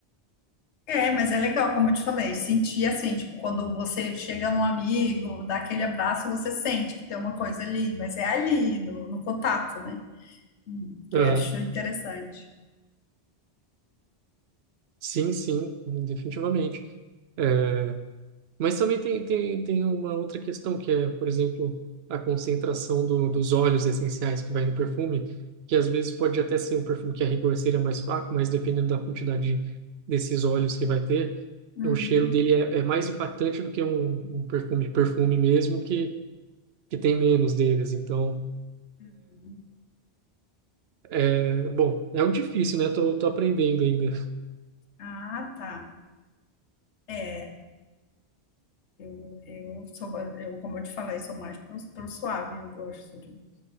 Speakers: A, on the left; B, on the right.
A: É, mas é legal, como eu te falei, sentir assim, tipo, quando você chega num amigo, dá aquele abraço, você sente que tem uma coisa ali, mas é ali, no, no contato, né? Hum,
B: Uhum.
A: É, acho interessante.
B: Sim, sim, definitivamente. É, Mas também tem, tem, tem uma outra questão, que é, por exemplo, a concentração do, dos óleos essenciais que vai no perfume, que às vezes pode até ser um perfume que a rigor seria mais fraco, mas dependendo da quantidade desses óleos que vai ter,
A: Uhum,
B: o cheiro dele é, é mais impactante do que um, um perfume, perfume mesmo, que, que tem menos deles. Então,
A: uhum.
B: é, bom, é algo difícil, né? Tô, tô aprendendo ainda.
A: Ah, tá. É, eu, eu sou, eu, como eu te falei, sou mais pro, pro suave, eu gosto do